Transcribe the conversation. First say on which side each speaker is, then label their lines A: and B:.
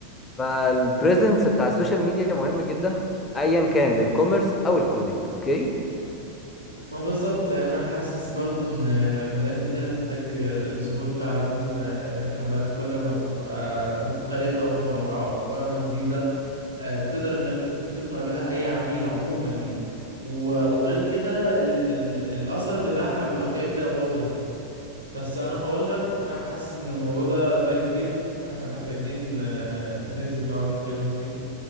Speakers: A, on the left (about 20°); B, on the right (about 85°).
A: فالبريزنس بتاع السوشيال ميديا مهم جدا ايا كان للكوميرس او الكودينج اوكي
B: ما هو بالظبط يعني انا حاسس برضو ان مجالات كتيرة تحتاج الظهور فعلا الحملات كل ما بتبقى مختلفة ومتنوعة وافكارها جديدة آه، بتقدر انك تق- تقنع بيها اي عميل عموما يعني و- وغير كده ال ال الاثر بتاعها بيبقى كده كده واضح يعني بس انا هقول لك انا حاسس ان الموضوع ده ده كبير احنا محتاجين آه، ننزل نقعد نتكلم فيه